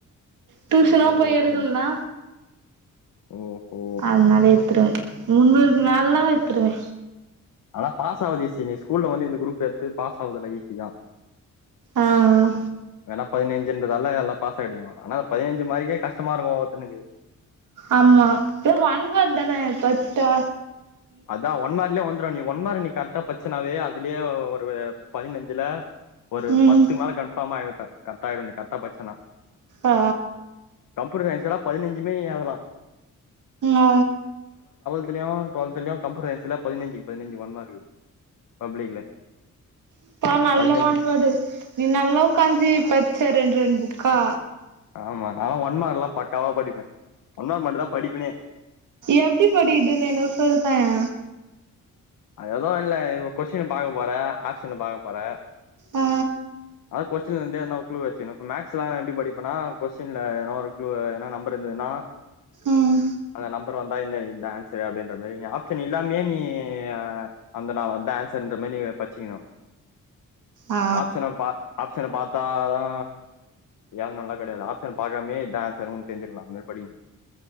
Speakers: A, on the right; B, on the left.
A: டியூஷனு
B: ஓ
A: போய் எடுக்கலனா
B: ஓஹோ
A: அதனால எத்துருவே முன்னூறுக்கு மேலனா எத்துடுவே
B: ஆனா பாஸ் ஆவது ஈசி நீ ஸ்கூல்ல வந்து இந்த குரூப் எடுத்து பாஸ் ஆகுறதுல்லா ஈசி தா
A: ஆ ஆ
B: ஆனா பதினஞ்சுன்றதால எல்லா பாஸ் ஆடுவிங்க ஆனா பதினஞ்சு மார்க்கே கஷ்டமா இருக்கு ஒவ்வொருத்தனுக்கு
A: ஆமா ஒ ஒன் வோர்ட் தானே பச்ட்டா
B: அதா ஒன் மார்லயே வந்துரு நீ ஒன்மார் நீ கரெக்டா பச்செனாவே அதுலயே ஒரு பதினஞ்சுல ஒரு
A: ம்
B: பத்து மேல கன்ஃபார்மா ஆயிடு க கரத்த ஆயிடும் நீ கரட்டா பச்சனா
A: ஆ
B: அப்பற ஏக்சுலா பதினஞ்சுமே எழுதலா
A: ஆ
B: டென்துலயு டுவெல்துலையு கம்ப்யூட்டர் சயின்ஸ்ல பதினஞ்சுக்கு பதினஞ்சு ஒன் மார்க்கு பப்ளிக்ல
A: அப்ப நல்ல
B: பதினஞ்சு
A: ஒன் வார்டு நீ நல்லா உக்காஞ்சி பச்செ ரெண் ரெண் புக்கா
B: ஆமா நா ஒன் மார்க்ல்லா பக்காவா படிப்பே ஒன் மார்க் மட்டு தா படிப்பேனே
A: எப்டி படிக்கதுன்னு எனக்கு சொல்தாயே
B: அது எதவு இல்ல இ கொஷின்ன பாக்க போற ஆப்ஷன்ன பாக்கபோற
A: ஆ
B: அ கொஸ்டின்ல இருந்தே எதனா ஒரு குழு வச்சு இப்ப மேக்ஸ்லா எப்டி படிப்பனா கொஷின்ல எதனா ஒரு க்ளுவு எதனா நம்பர் இருந்ததுன்னா
A: ம்
B: அந்த நம்பர் வந்தா இந்தா இதுதா ஆன்ஸரு அப்டின்ற மாரி நீ ஆப்ஷன் இல்லாமயே நீ நீயே அந்ததா அதா ஆன்சருன்ற மாரி பச்சிக்கணு
A: ஆ
B: ஆப்ஷன பா ஆப்ஷன பத்தாதா ஏதுனோலா கெடையாது ஆப்ஷன் பாக்காமேயே இதா ஆன்சருன் ஒனக்கு தெரிஞ்சிட்லா ஒன்னுமே படி